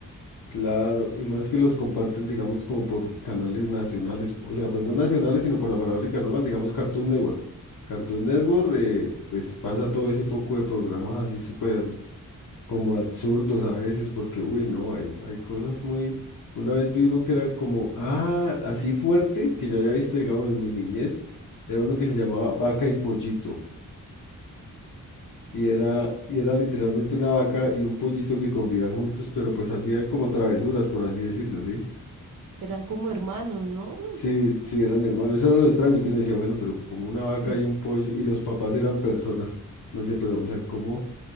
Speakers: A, on the left (about 65°); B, on the right (about 55°).
A: Claro, y más que los comparten, digamos, como por canales nacionales, o sea, pues no nacionales, sino por la parabólica normal, digamos Cartoon Network. Cartoon Network, eh, pues pasa todo ese poco de programas así súper como absurdos a veces, porque, uy, no, hay, hay cosas muy... Una vez vi uno que era como, ah, así fuerte, que yo había visto, digamos, en mi niñez, era uno que se llamaba Vaca y Pollito. Y era, y era literalmente una vaca y un pollito que convivían juntos, pero pues hacían como travesuras, por así decirlo, ¿sí?
B: Eran como hermanos, ¿no? <laughs>
A: Sí, sí, eran hermanos. Eso era lo extraño que uno decía, bueno, pero como una
B: Sí,
A: vaca y un pollo, y los papás eran personas. Uno decía, pero, o sea, ¿cómo